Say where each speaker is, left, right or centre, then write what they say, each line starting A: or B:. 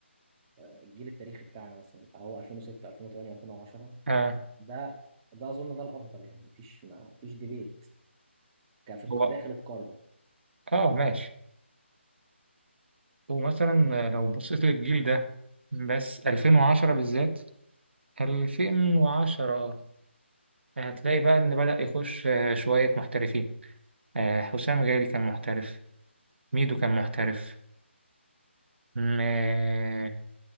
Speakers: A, on the right (about 20°); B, on the right (about 60°).
A: الجيل التاريخي بتاعنا مثلا فهو 2006 2008 2010
B: آه.
A: ده ده اظن ده الافضل يعني مفيش ما مفيش ديبيت كفي
B: هو
A: داخل القاره
B: اه ماشي ومثلا لو بصيت للجيل ده بس 2010 بالذات 2010 هتلاقي بقى إن بدأ يخش آه، شوية محترفين آه، حسام غالي كان محترف ميدو كان محترف م-